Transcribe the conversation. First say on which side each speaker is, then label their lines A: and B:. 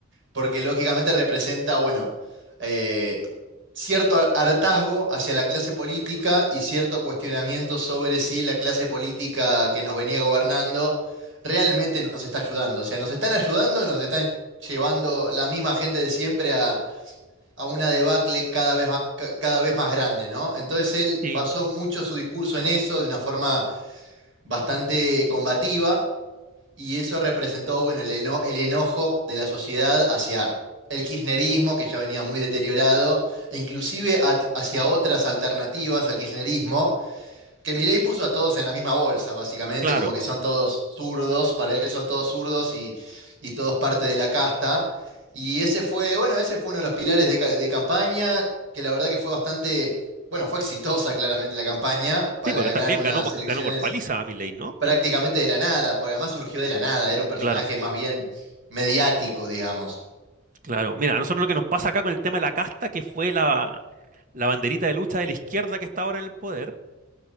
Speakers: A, on the right; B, on the right.
A: porque lógicamente representa, bueno, eh, cierto har- hartazgo hacia la clase política y cierto cuestionamiento sobre si la clase política que nos venía gobernando realmente nos está ayudando. O sea, nos están ayudando, o nos están llevando la misma gente de siempre a, a una debacle cada vez más, ca- cada vez más grande, ¿no? Entonces él
B: Sí,
A: basó mucho su discurso en eso, de una forma bastante combativa. Y eso representó, bueno, el, eno- el enojo de la sociedad hacia el kirchnerismo, que ya venía muy deteriorado, e inclusive at- hacia otras alternativas al kirchnerismo, que Milei puso a todos en la misma bolsa, básicamente,
B: claro.
A: como que son todos zurdos, para él son todos zurdos y, y todos parte de la casta. Y ese fue, bueno, ese fue uno de los pilares de, ca- de campaña, que la verdad que fue bastante, bueno, fue exitosa claramente la campaña para
B: Sí, porque
A: ganar
B: también
A: unas
B: ganó, por-
A: elecciones
B: ganó por paliza a Milei, ¿no?
A: prácticamente de la nada, porque además surgió de la nada, era un personaje
B: Claro,
A: más bien mediático, digamos.
B: claro. Mira, a nosotros lo que nos pasa acá con el tema de la casta, que fue la, la banderita de lucha de la izquierda que está ahora en el poder,